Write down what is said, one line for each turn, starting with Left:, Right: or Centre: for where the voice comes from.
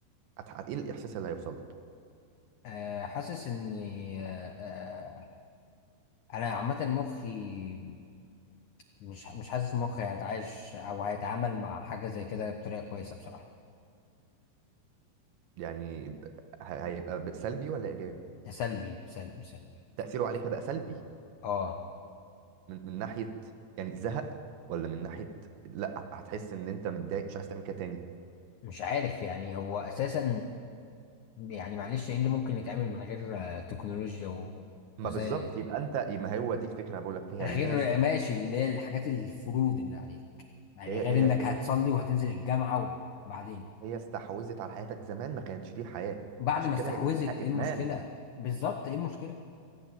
Right: هت- ايه الاحساس اللي هيوصل لك
Left: أه حاسس ان أه آه، انا عامه مخي مش مش حاسس مخي هيتعايش او هيتعامل مع حاجه زي كده بطريقه كويسه بصراحه
Right: يعني ب- ه- هيبقى ب- سلبي ولا ايجابي
Left: ده سلبي سلبي سلبي
Right: تأثيره عليك هيبقى سلبي
Left: اه
Right: من من ناحية يعني زهق ولا من ناحية لا هتحس ان انت متضايق مش عايز تعمل كده تاني
Left: مش عارف يعني هو اساسا يعني معلش ايه اللي ممكن يتعمل من غير آه، تكنولوجيا ووسائل
Right: ما بالظبط يبقى انت ما هو دي الفكرة انا بقول لك فيها
Left: غير
Right: ان هي استح...
Left: ماشي اللي هي الحاجات الفروض اللي عليك يعني
Right: هي
Left: غير
Right: هي
Left: انك هتصلي
Right: هي
Left: وهتنزل الجامعة وبعدين
Right: هي استحوذت على حياتك زمان ما كانتش دي الحياة
Left: بعد
Right: عشان
Left: ما
Right: كده
Left: استحوذت
Right: هي اسمها
Left: ايه
Right: ادمان
Left: المشكلة بالظبط ايه المشكلة